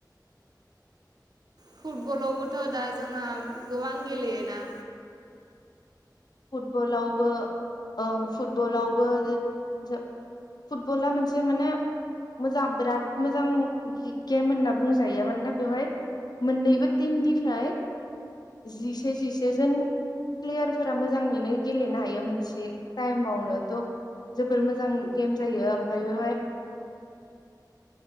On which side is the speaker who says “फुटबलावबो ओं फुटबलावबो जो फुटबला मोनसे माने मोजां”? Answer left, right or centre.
Left